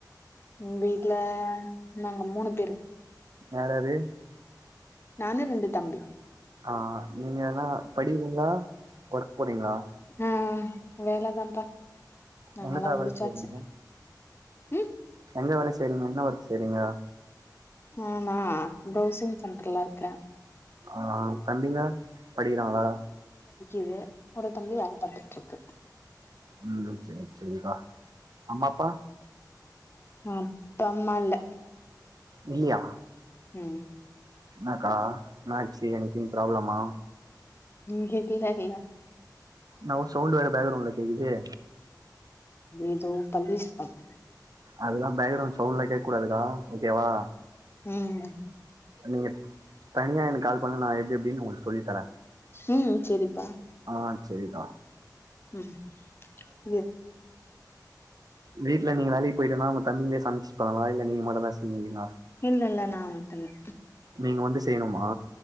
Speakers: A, on the left; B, on the right.
A: எங்க வீட்டல நாங்க மூணு பேரு
B: யார் யாரு
A: நானு ரெண்டு தம்பி
B: ஆ நீங்கன்ன படிக்கிறாங்களா ஒர்க் போறீங்களா
A: ஆ வேலதான்ப்பா நாங்கலா
B: எங்கக்கா
A: முடிச்சாச்சு
B: வேல செய்றீங்க
A: ம்
B: எங்க வேலை செயிரிங்க என்ன ஒர்க் செயிரிங்க
A: ஆ நா ப்ரௌசிங் சென்டர்லா இருக்க
B: ஆ தம்பிங்க படிக்கிறாங்கலா
A: இது ஒரு தம்பி வேல பர்த்துட்டுருக்கு
B: ம் சரி சரிக்கா அம்மாப்பா
A: அப்பம்மா இல்ல
B: இல்லியா
A: ம்
B: என்னாக்கா என்னாச்சு எனிதிங் ப்ராப்ளமா.
A: இங்க கேக்காதீங்க
B: நவ் சவுண்ட் வேற பேக்ரவுண்ட்ல கே்குதே
A: அது இது பல்விஸ்தம்
B: அதெல்லா பேக்கரவுண்ட் சவுண்ட்லா கேக்கூடதுக்கா ஓகேவா
A: ம்
B: நீங்க தனியா எனக்கு கால் பண்ணுங்க நான எப்படி எப்படின்னு உங்களுக்கு சொல்லி தரே
A: ம் சரிப்பா
B: ஆ சரிகா
A: ம் இது
B: வீட்ல நீங்க வேலைக்கு போயிட்டன்னா உங்க தம்பிங்க சமைச்சுபாங்களா இல்ல நீங்க மட் தா செய்விங்கீங்களா
A: இல்ல இல்ல நா மட்டுந்தா
B: நீங்க வந்து செய்யணுமா